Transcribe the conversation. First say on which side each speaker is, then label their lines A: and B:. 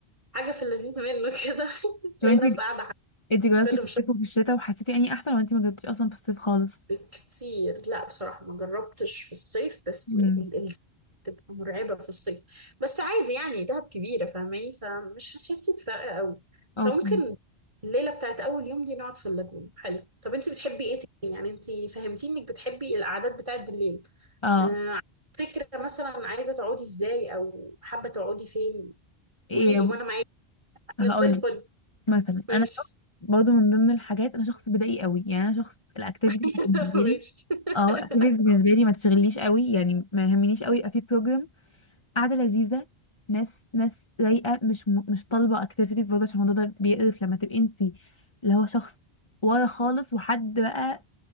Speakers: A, on the right; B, on the left.
A: حاجه في اللذيذ منه كده <laughs> تلاقي
B: طب انت
A: ناس قاعده على
B: انت جربتي
A: كل
B: في
A: مش
B: الصيف وفي الشتاء وحسيتي يعني احسن ولا انت ما جربتيش اصلا في الصيف خالص
A: كتير لا بصراحة ما جربتش في الصيف بس
B: امم
A: ال- ال- بتبقى مرعبة في الصيف بس عادي يعني دهب كبيرة فاهماني فمش هتحسي بفرق قوي
B: اوكي
A: فممكن الليلة بتاعت أول يوم دي نقعد في اللاجون حلو طب أنت بتحبي إيه تاني يعني أنت فهمتيني إنك بتحبي القعدات بتاعت بالليل
B: اه
A: آه فكرة مثلا عايزة تقعدي إزاي أو حابة تقعدي فين
B: ايه
A: قولي لي وأنا معاكي
B: هقول
A: أنا زي الفل
B: لك مثلا
A: ماشي
B: انا برضو من ضمن الحاجات انا شخص بدائي قوي يعني انا شخص الاكتيفيتي
A: <laughs>
B: بالنسبه لي
A: ماشي <laughs>
B: اه الاكتيفيتي بالنسبه لي ما تشغلنيش قوي يعني ما يهمنيش قوي يبقى في بروجرام قاعده لذيذه ناس ناس رايقه مش م... مش طالبه اكتيفيتيز برضه عشان الموضوع ده بيقرف لما تبقي انت اللي هو شخص ورا خالص وحد بقى